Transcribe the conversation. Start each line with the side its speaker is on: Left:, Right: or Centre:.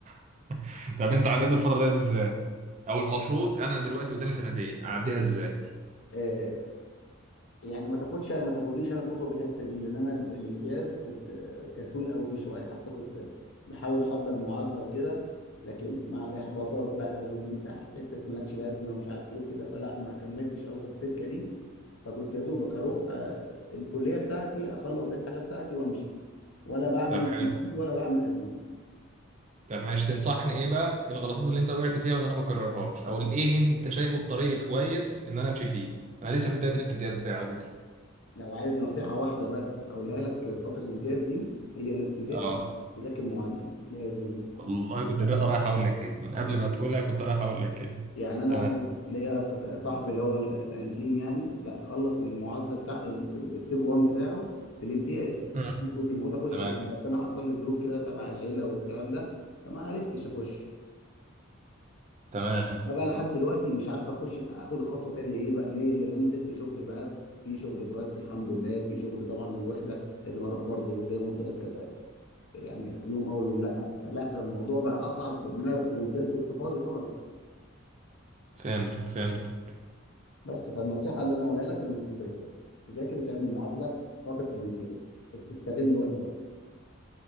Right: <laughs> طب أنت عديت الفترة دي إزاي؟ أو المفروض أنا دلوقتي قدامي سنتين أعديها إزاي؟
Left: آه، يعني ما تاخدش ما تاخدنيش انا قدوه في الحته دي لان انا ال- الامتياز كنت آه، كسول قوي فيه شويه حتى كنت بحاول احضر معادله وكده لكن مع الاحباطات بقى وان انت هتحس انك مالكش لازمه ومش عارف ايه وكده فلا ما كملتش قوي في السكه دي فكنت يا دوبك اروح آه، الكليه بتاعتي اخلص الحاجه بتاعتي وامشي ولا بعمل
Right: طب حلو
Left: جديد ولا بعمل قديم
Right: طب ماشي تنصحني إيه بقى إيه الغلطات اللي أنت وقعت فيها وإن أنا ما أكررهاش أو إيه أنت شايفه الطريق الكويس إن أنا أمشي فيه؟ أنا لسه في بداية الامتياز بتاعي على فكرة
Left: لو عايز نصيحه واحده بس اقولها لك في فتره الامتياز دي هي انك تذاكر
Right: اه
Left: تذاكر معادله لازم
Right: والله كنت رايح أقول لك كده من قبل ما تقولها كنت رايح أقول لك كده
Left: يعني انا
Right: تمام
Left: ليا ص- صاحبي اللي هو ال- الانتيم يعني لا خلص المعادله بتاع الستيب 1 بتاعه في الامتياز
Right: مم.
Left: أنا كنت المفروظ اخش
Right: تمام
Left: بس انا حصل لي ظروف كده تبع العيله والكلام ده فما عرفتش اخش
Right: تمام
Left: انا بقى لحد دلوقتي مش عارف اخش اخد الخطوه تاني ايه بقى ليه لان انا نزلت شغل بقى في شغل برايفت الحمد لله في شغل طبعا الوحده لازم اروح برضه زي ما قلت لك يعني يوم او يوم لا فلا الموضوع بقى اصعب لان انا في الامتياز كنت فاضي خالص
Right: فهمتك فهمتك
Left: بس فالنصيحه اللي انا اقولها لك انك تذاكر تذاكر وتعمل معادله في فتره الامتياز تستغل الوقت ده